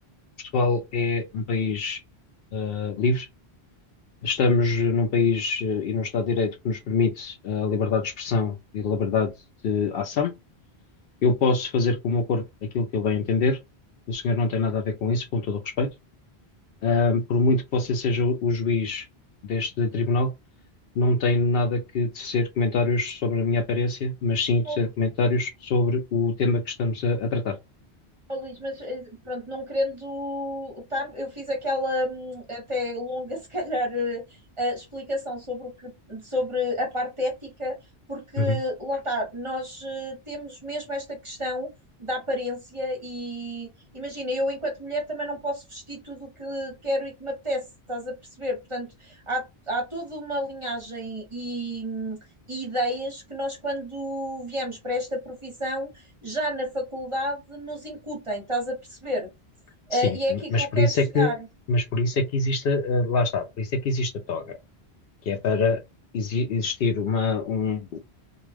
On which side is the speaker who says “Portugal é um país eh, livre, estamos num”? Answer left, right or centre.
Left